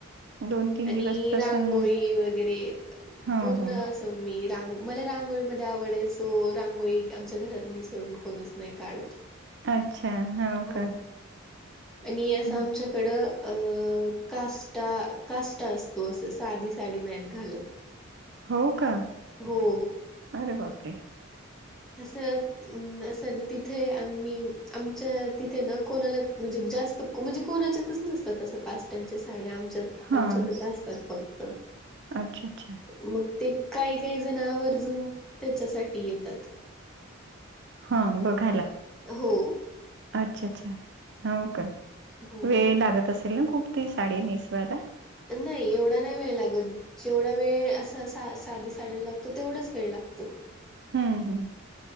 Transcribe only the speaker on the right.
दोन तीन
दिवस प्रसन्न
ह
ह
अच्छा हवं
का?
हं.
हो का?
अरे बापरे
हां
अच्छा, अच्छा
हा बघायला.
अच्छा अच्छा हो का
वेळ लागत असेल ना खूप त साडी नेसवायला.
हम्म हम्.